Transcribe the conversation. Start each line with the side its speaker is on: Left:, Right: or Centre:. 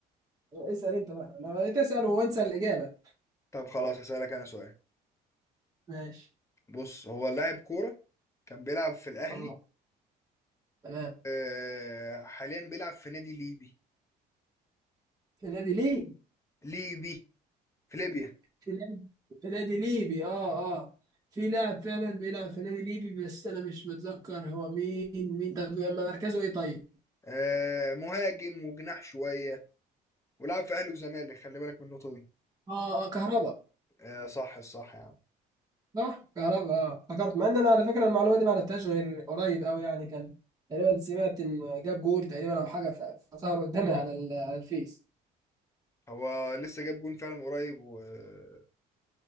Right: اسال انت بقى انا بقيت اسال وانسى الاجابه
Left: طب خلاص اسالك انا سؤال
Right: ماشي
Left: بص هو لاعب كورة كان بيلعب في الاهلي
Right: اه تمام
Left: أه حاليا بيلعب في نادي ليبي
Right: في نادي ليه
Left: ليبي في ليبيا
Right: في نادي في نادي ليبي اه اه في لاعب فعلا بيلعب في نادي ليبي بس انا مش متذكر هو مين مين طب مركزه ايه طيب
Left: آه مهاجم وجناح شوية ولعب في أهلي وزمالك خلي بالك من النقطة دي
Right: اه اه كهربا
Left: آه صح صح يا عم
Right: صح كهربا اه افتكرت مع ان انا على فكره المعلومه دي ما عرفتهاش غير قريب قوي يعني كان تقريبا سمعت ان جاب جول تقريبا او حاجه ف- فظهر قدامي على ال- على الفيس
Left: هو لسه جاب جون فعلا قريب واتصايت